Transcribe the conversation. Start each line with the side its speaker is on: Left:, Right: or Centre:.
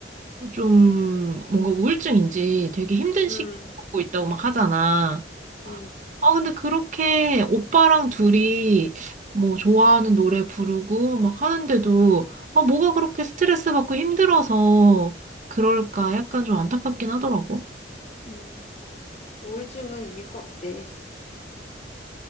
Right: 좀 뭔가 우울증인지 되게 힘든 시기를
Left: 음,
Right: 겪고 있다고 막 하잖아.
Left: 음,
Right: 아, 근데 그렇게 오빠랑 둘이 뭐 좋아하는 노래 부르고 막 하는데도 아, 뭐가 그렇게 스트레스 받고 힘들어서 그럴까 약간 좀 안타깝긴 하더라고.
Left: 음. 우울증은 이유가 없대.